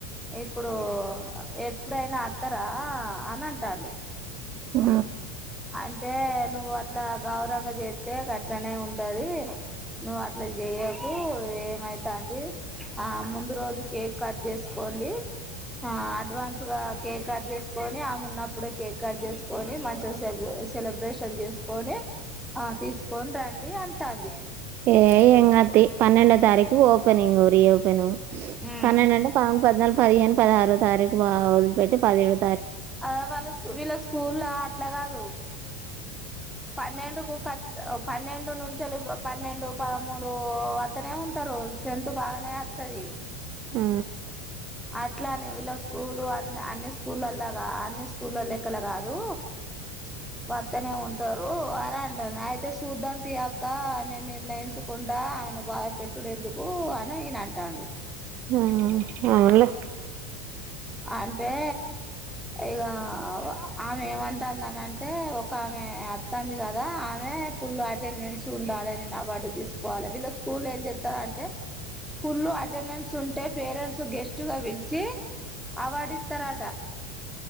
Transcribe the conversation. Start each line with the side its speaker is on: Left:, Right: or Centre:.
Centre: ఇప్పుడు ఏ ఇప్పుడైనా అత్తరా అని అంటాడు
Right: ఆ
Centre: అంటే నువ్వు అట్లా గావురంగా చెత్తే గాట్లనే ఉంటది నువ్వు అట్ల జెయకు ఏమైతాంది ఆ ముందు రోజు కేక్ కట్ చేసుకోండి ఆ అడ్వాన్స్ గా కేక్ కట్ చేసుకొని ఆమె ఉన్నప్పుడే కేక్ కట్ చేసుకొని మంచిగా సెబ్ సెలబ్రేషన్ చేసుకొని ఆ తీసుకొని రండి అంటాంది
Right: ఏ ఎంగాదు తీ పన్నెండో తారీకు ఓపనింగ్ రీ ఓపేన్
Centre: ఉమ్
Right: పన్నెండు అంటే ప పద్నాలుగు పదిహేను పదహారో తారీఖు ఆ వదిలిపెట్టి పదిహేడు
Centre: అ వాళ్ళూ వీళ్ళ స్కూల్లా అట్లా కాదు పన్నెండుకు కచ్ పన్నెండు నుంచలి పన్నెండు పదమూడు వత్తనే ఉంటారు స్ట్రెంత్ బాగా నేతది
Right: హ
Centre: అట్లా అనే వీళ్ళ స్కూలు అన్ని అన్ని స్కూల్లాల్లగా అన్ని స్కూల్లో లెక్కల కాదు వత్తనే ఉంటారు అనీ అంటది అయితే చూద్దాంతి అక్క నేన్ నిర్ణయించకుంట ఆయను బాధ పెట్టుడేందుకు అని ఇయన అంటాండు అంటాండు
Right: ఆ అవునులే
Centre: అంటే ఇగా ఆమె ఏమంటంది అని అంటే ఒక ఆమె అత్తంది కదా ఆమె ఫుల్ అటెండెన్స్ ఉండాలి నేను అవార్డు తీసుకోవాలి వీళ్ళ స్కూల్లో ఏం చెస్తారంటే ఫుల్ అటెండెన్స్ ఉంటే పేరెంట్స్ గెస్ట్ గా పిలుస్ చ్చి అవార్డు ఇస్తారట